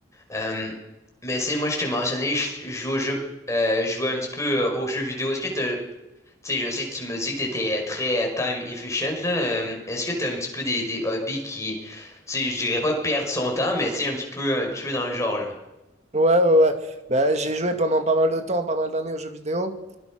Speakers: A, on the left; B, on the right.
A: Euh, mais tu sais, moi, je t'ai mentionné, je je joue au jeu, euh, je joue un petit peu euh, aux jeux vidéo. Est-ce que t'as, tu sais, je sais que tu me dis que t'étais euh, très euh, time efficient, là. euh, est-ce que t'as un petit peu des, des hobbies qui, tu sais, je dirais pas perdre son temps, mais tu sais, un petit peu, un petit peu dans le genre, là.
B: Ouais, ouais, ouais. Bah, j'ai joué pendant pas mal de temps, pas mal d'années aux jeux vidéo.